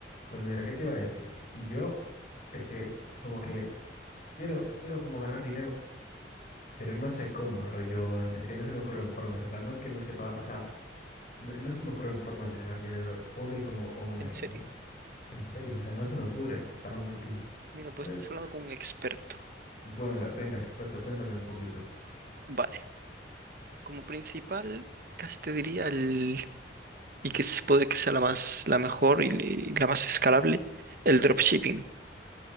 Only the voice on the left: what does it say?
Pues mira, ¿qué te iba a decir? Yo es que como que quiero, quiero como ganar dinero, pero no sé cómo, rollo, en- es que no se me ocurren formas, en plan, no es que no sepa, o sea, no, no se me ocurren formas de ganar dinero, only como online,
¿no? En serio, o sea, no se me ocurre para un futuro.
Pues,
bueno, venga, experto, cuéntame un poquito.